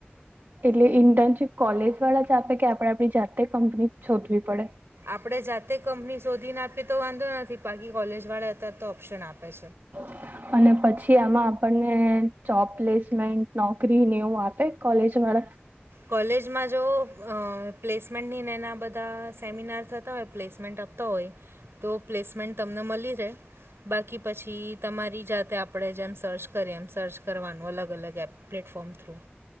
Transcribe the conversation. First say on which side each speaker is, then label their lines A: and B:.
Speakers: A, on the right; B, on the right.
A: એટલે ઇન્ટર્નશીપ કોલેજ વાળા જ આપે કે આપણે આપડી જાતે કંપની શોધવી પડે.
B: આપણે જાતે કંપની શોધીને આપીએ તો વાંધો નથી બાકી કોલેજ વાળે અત્યારે તો ઓપ્શન આપે
A: <inaudible> અને પછી આમાં આપણને જોબપ્લેસમેન્ટ નોકરી ને એવું આપે કોલેજ વાળા
B: કોલેજમાં જો પ્લેસમેન્ટનીના બધા સેમિનાર થતા હોય પ્લેસમેન્ટ આપ તા હોઈ તો પ્લેસમેન્ટ તમને મળી જાય બાકી પછી તમારી જાતે આપણે જેમ સર્ચ કરીએ એમ સર્ચ કરવાનું અલગ અલગ એપ પ્લેટફોમ થ્રુ